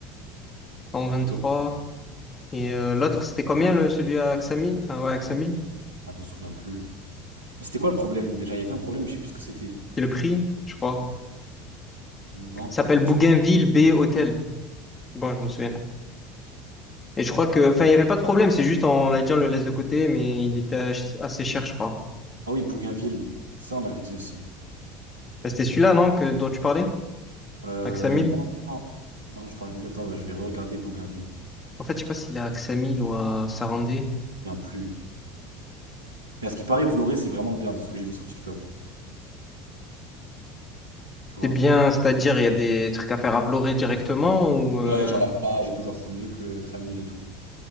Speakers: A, on the left; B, on the right.
A: 123.
B: Et toi?
A: Et euh, l'autre, c'était combien, le, celui à Axamil? Enfin, ouais, Axamil.
B: Ah, je m'en souviens plus. Mais c'était quoi le problème déjà? Il y avait un problème, je sais plus ce que c'était.
A: C'est le prix, je crois.
B: Non,
A: Il s'appelle
B: pas tant
A: Bougainville
B: que ça.
A: B Hôtel. Bon, je me souviens. Et je crois que, enfin, il n'y avait pas de problème, c'est juste on la on le laisse de côté, mais il était ach- assez cher, je crois.
B: Ah oui, Bougainville. Ça, on avait dit aussi.
A: Bah, C'était celui-là, non, que, dont tu parlais?
B: Euh,
A: À Ksamil?
B: non, non, non. Non, non, je parlais de lui. Attends, je vais regarder Bougainville. Je me
A: En fait, je sais pas s'il est à Ksamil ou à Sarandé.
B: souviens plus. Mais à ce qui paraît, Vloré, c'est vraiment bien de ce que j'ai vu sur TikTok. Tu vois?
A: C'est bien, c'est-à-dire, il y a des trucs à faire à Vlorë directement ou. euh,
B: Ouais, genre la plage et tout, genre c'est mieux que, que Samil et tout.